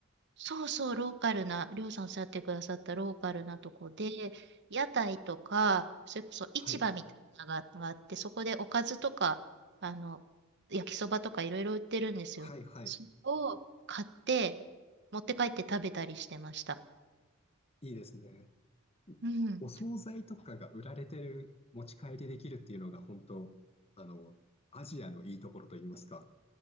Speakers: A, on the right; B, on the left.
A: そうそう、ローカルな、りょうさんおっしゃってくださったローカルなとこで、屋台とか、それこそ市場みたいなのががあって、
B: はい。
A: そこでおかずとか、あの、焼きそばとかいろいろ売ってるんですよ。
B: はいはい。
A: それを買って、持って帰って食べたりしてました。
B: いいですね。
A: うん。
B: お惣菜とかが売られてる、持ち帰りできるっていうのが本当、あの、アジアのいいところといいますか。